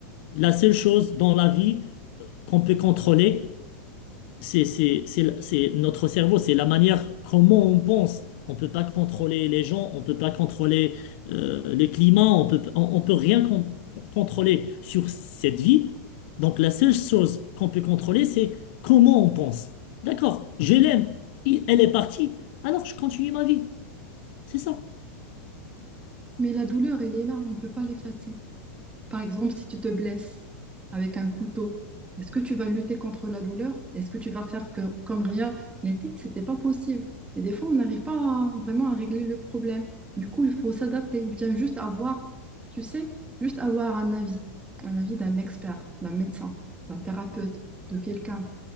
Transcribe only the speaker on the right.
mais la douleur, elle est là, on ne peut pas l'effacer. Par exemple, si tu te blesses avec un couteau, est-ce que tu vas lutter contre la douleur? Est-ce que tu vas faire que- comme rien n'était? C'était pas possible. Et des fois, on n'arrive pas à- vraiment à régler le problème. Du coup, il faut s'adapter ou bien juste avoir, tu sais, juste avoir un avis, un avis d'un expert, d'un médecin, d'un thérapeute, de quelqu'un.